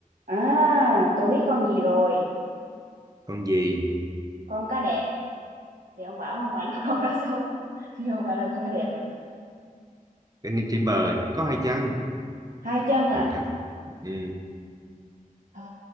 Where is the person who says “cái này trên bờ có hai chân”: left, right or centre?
Right